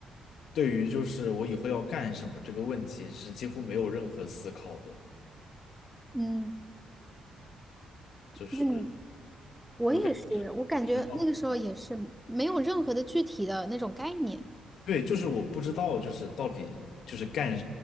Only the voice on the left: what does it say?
对于就是我以后要干什么这个问题是几乎没有任何思考的，
就是
我感觉是不知道，
我对，就是我不知道就是到底就是干